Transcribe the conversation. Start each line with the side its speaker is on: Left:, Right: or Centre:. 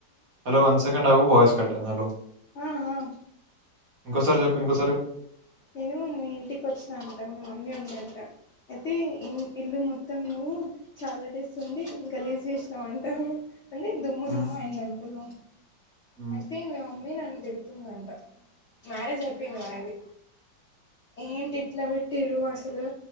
Right: హలో వన్ సెకండ్ ఆవు వాయిస్ కట్టై హలో
Left: ఆ ఆ
Right: ఇంకోసారి చెప్పు ఇంకోసారి ఎప్
Left: నేను మీ ఇంటికి ఒచ్చినా అంట, మీ మమ్మీ ఉంది అంట, అయితే ఇ ఇల్లు మొత్తం నువ్. వు చాలా డేస్ ఉండి గలీజ్ చేసినావంటా అంటే దుమ్ము దుమ్ము
Right: మ్మ్,
Left: అయిందంతలో
Right: మ్మ్.
Left: అయితే మీ మమ్మి నన్ను దిడు తుందంట మ్యారేజ్ అయిపోయింది మనది ఏంటి ఇట్ల బెట్టిరు అస తలు